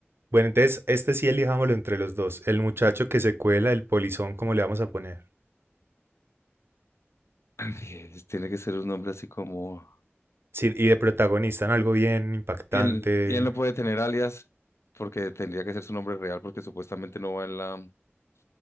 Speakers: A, on the right; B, on the left.
A: Bueno, entonces este sí elijámoslo entre los dos. El muchacho que se cuela, el polizón, ¿cómo le vamos a poner?
B: <laughs> Tiene que ser un nombre así como...
A: Sí, y de protagonista en algo bien impactante.
B: Y él, y él no puede tener alias porque tendría que ser su nombre real porque supuestamente no va en la, en